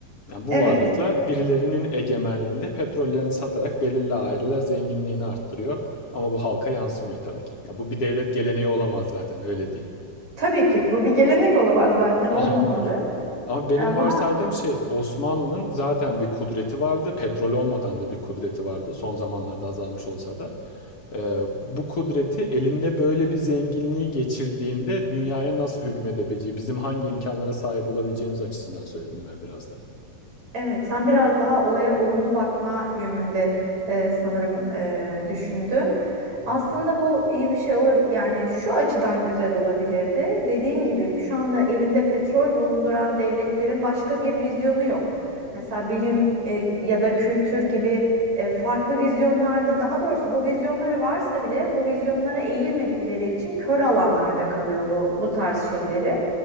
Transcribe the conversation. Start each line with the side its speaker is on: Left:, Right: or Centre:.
Left: Yani bu
Right: Evet.
Left: varlıkla birilerinin egemenliğinde petrollerini satarak belirli aileler zenginliğini arttırıyor. Ama bu halka yansımıyor tabii ki. Ya bu bir devlet geleneği olamaz zaten öyle diyeyim.
Right: Tabii ki bu bir gelenek olamaz zaten
Left: <laughs> Aynen
Right: olmamalı.
Left: öyle. Ama benim
Right: Ama
Left: varsaydığım şey Osmanlı'nın zaten bir kudreti vardı. Petrol olmadan da bir kudreti vardı. Son zamanlarda azalmış olsa da. Ee, bu kudreti elinde böyle bir zenginliği geçirdiğinde dünyaya nasıl hükmedebileceği, bizim hangi imkanlara sahip olabileceğimiz açısından söyledim ben biraz da.
Right: Evet, sen biraz daha olaya olumlu bakma yönünde e, sanırım e, düşündün.
Left: Hı
Right: Aslında
Left: hı.
Right: bu iyi bir şey olabilir. Yani şu açıdan güzel olabilirdi. Dediğin gibi şu anda elinde petrol bulunduran devletlerin başka bir vizyonu yok. Mesela bilim e, ya da kültür gibi e, farklı vizyonlarda, daha doğrusu bu vizyonları varsa bile bu vizyonlara eğilmedikleri için kör alanlarda kalıyor bu bu tarz şeyleri.